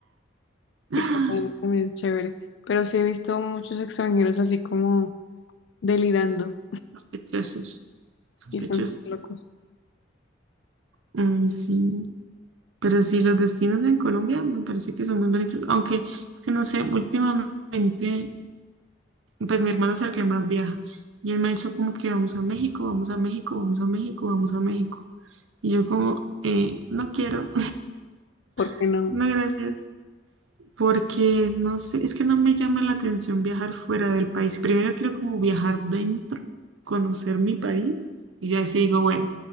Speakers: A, on the right; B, on the left.
A: <laughs>
B: En Cartagena también es chévere. Pero sí he visto muchos extranjeros así como delirando
A: Sospechosos, sospechosos.
B: y están súper locos.
A: Ay, sí. Pero sí, los destinos en Colombia me parece que son muy bonitos, aunque es que no sé, últimamente, pues mi hermano es el que más viaja y él me ha dicho como que vamos a México, vamos a México, vamos a México, vamos a México. Y yo como, eh, no quiero,
B: ¿Por qué
A: <laughs>
B: no?
A: no gracias. porque no sé, es que no me llama la atención viajar fuera del país. Primero quiero como viajar dentro, conocer mi país y ya así digo, bueno,